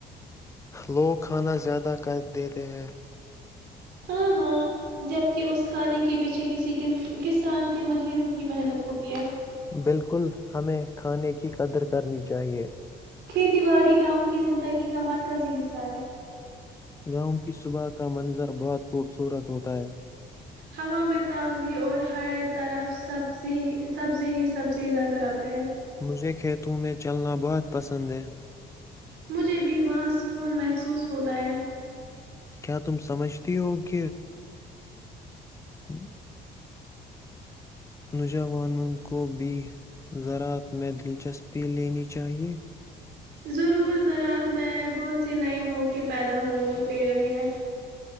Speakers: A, on the left; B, on the right.
A: لوگ کھانا زیادہ کر دیتے ہیں
B: ہاں ہاں جبک اس کھانے کے پیچھے کسی ک کسان کے مہینوں کی محنت ہوتی ہے
A: بالکل ہمیں کھانے کی قدر کرنی چاہیے
B: کھیتی باڑی گاؤں کی زندگی کا مرکزی حصہ ہے
A: گاؤں کی صبح کا منظر بہت خوبصورت ہوتا ہے
B: ہوا میں تازگی اور ہر طرف سبزی سبزی ہی سبزی نظر آتے ہیں
A: مجھے کھیتوں میں چلنا بہت پسند ہے
B: مجھے بھی وہاں سکون محسوس ہوتا ہے
A: کیا تم سمجھتی ہوگ؟ ہوں نوجوانوں کو بھی زراعت میں دلچسپی لینی چاہیئے
B: ضرور زراعت میں بہت سے نئے موقع پیدا ہوتے رہے ہیں